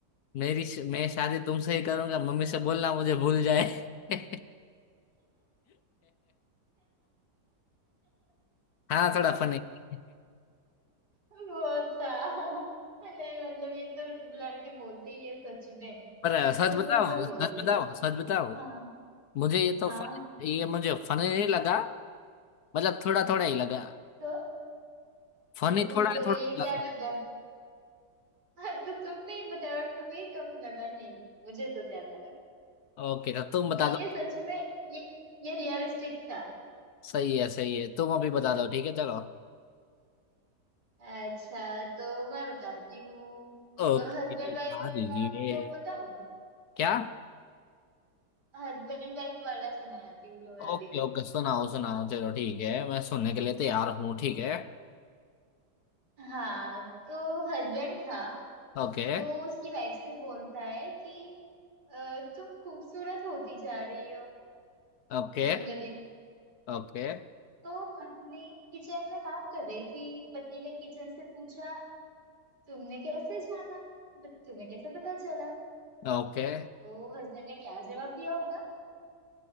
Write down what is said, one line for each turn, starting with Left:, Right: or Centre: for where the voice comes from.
Left: मेरी मैं शादी तुमसे ही करूंगा मम्मी से बोलना मुझे भूल जाए <laughs> हाँ थोड़ा फनी <laughs>
Right: वो था नहीं मतलब ये तो लड़के बोलते ही है सच में
Left: पर सच
Right: सच
Left: बताओ
Right: सच में बोलते
Left: सच बताओ
Right: हैं
Left: सच बताओ
Right: हाँ
Left: मुझे ये तो
Right: हाँ
Left: फन ये मुझे फनी नहीं लगा मतलब थोड़ा थोड़ा ही लगा
Right: तो
Left: फनी
Right: तो
Left: थोड़ा थोड़ा
Right: ये
Left: लगा
Right: क्या लगा <laughs> तो तुमने ही बताया और तुम्हें ही कम लगा नहीं मुझे तो ज्यादा लगा
Left: ओके तो तुम बता
Right: ये
Left: दो
Right: सच में ये ये रियलिस्टिक था
Left: सही है सही है तुम अभी बता दो ठीक है चलो
Right: अच्छा तो मैं बताती हूँ
Left: ओके
Right: हस्बैंड वाइफ
Left: हाँ ये
Right: का जोक बताऊँ
Left: क्या
Right: हस्बैंड वाइफ वाला सुनाती हूँ तुम्हें अभी
Left: ओके ओके सुनाओ सुनाओ चलो ठीक है मैं सुनने के लिए तैयार हूँ ठीक है
Right: हाँ तो हस्बैंड था
Left: ओके
Right: वो उसकी वाइफ से बोलता है कि "अ, तुम खूबसूरत होती जा रही हो
Left: ओके
Right: दिन ब दिन
Left: ओके
Right: तो पत्नी किचन में काम कर रही थी पति ने किचन से पूछा तुमने कैसे जाना मतलब तुम्हें कैसे पता चला
Left: ओके
Right: तो हस्बैंड ने क्या जवाब दिया होगा